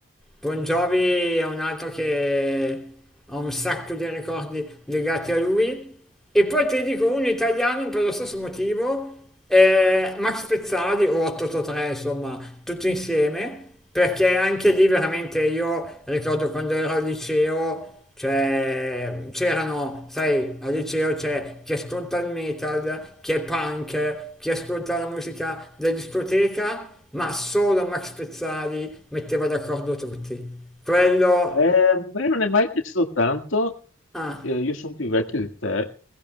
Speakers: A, in the centre; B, on the left.
A: Bon Jovi è un altro che ha un sacco di ricordi legati a lui. E poi ti dico un italiano per lo stesso motivo, eh, Max Pezzali o 883, insomma, tutti insieme, perché anche lì veramente io ricordo quando ero al liceo, cioè, c'erano, sai, al liceo c'è chi ascolta il metal, chi è punk, chi ascolta la musica da discoteca ma solo Max Pezzali metteva d'accordo tutti. Quello...
B: Eh, a me non è mai piaciuto tanto,
A: Ah,
B: Eh, io sono più vecchio di te,